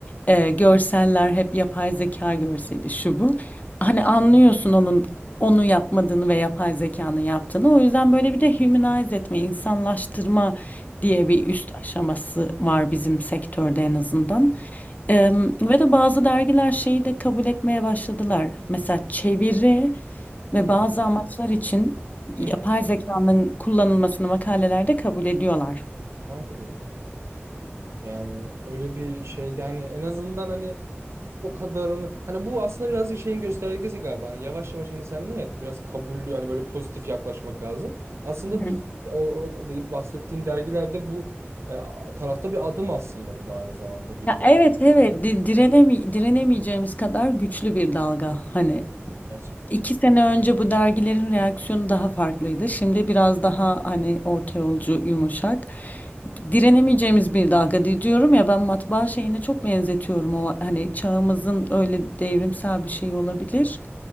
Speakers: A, on the left; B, on the right.
A: Ee, görseller hep yapay zeka görseli şu bu. Hani anlıyorsun onun onu yapmadığını ve yapay zekanın yaptığını. O yüzden böyle bir de humanize etme, insanlaştırma
B: Hı.
A: diye bir üst aşaması var bizim sektörde en azından. Em, ve de bazı dergiler şeyi de kabul etmeye başladılar. Mesela çeviri ve
B: Hı hı.
A: bazı amaçlar için yapay
B: Hı.
A: zekanın kullanılmasını makalelerde kabul ediyorlar.
B: Mantıklı. Yani öyle bir şeyde hani en azından hani o kadarını hani bu aslında birazcık şeyin göstergesi galiba. Hani yavaş yavaş hani sen dedin ya biraz kabullü hani böyle pozitif yaklaşmak lazım. Aslında
A: Hı.
B: biz o, o de- bahsettiğin dergilerde bu e, tarafta bir adım aslında bu da aynı zamanda gibi
A: Ya
B: geldi
A: evet evet di- direnemi direnemeyeceğimiz kadar güçlü bir dalga hani
B: gerçekten.
A: İki sene önce bu dergilerin reaksiyonu daha farklıydı. Şimdi biraz daha hani orta yolcu, yumuşak. Direnemeyeceğimiz bir dalga di- diyorum ya ben matbaa şeyine çok benzetiyorum o hani çağımızın öyle devrimsel bir şey olabilir.